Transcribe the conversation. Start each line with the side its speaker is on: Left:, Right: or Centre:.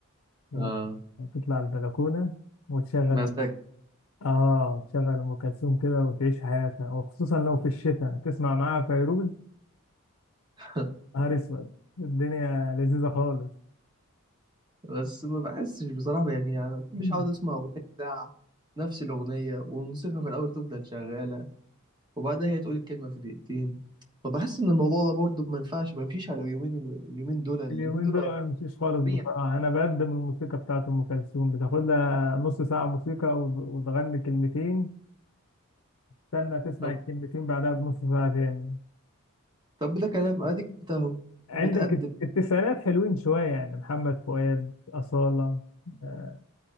Left: و-
Right: آه
Left: وتطلع البلكونة وتشغل
Right: مزاج
Left: آه وتشغل أم كلثوم كده وتعيش حياتنا وخصوصا لو في الشتاء تسمع معاها فيروز
Right: <laughs>
Left: نهار أسود الدنيا لذيذة خالص
Right: بس ما بحسش بصراحة يعني أكيد مش
Left: <clears throat>
Right: عاوز أسمع أغنية ساعة نفس الأغنية والموسيقى في الأول تفضل شغالة وبعدها هي تقول الكلمة في دقيقتين فبحس إن الموضوع ده برضه ما ينفعش ما يمشيش على اليومين اليومين دول اليومين
Left: اليومين
Right: دول
Left: دول ما بمشيش خالص
Right: سريع
Left: بصراحة أنا بقدم الموسيقى بتاعت أم كلثوم بتاخد لها نص ساعة موسيقى وت- وتغني كلمتين استنى تسمع
Right: طب
Left: الكلمتين بعدها بنص ساعة تاني
Right: طب ده كلام أديك أنت أهو
Left: عندك
Right: بتقدم
Left: الت- التسعينات حلوين شوية يعني محمد فؤاد أصالة آه،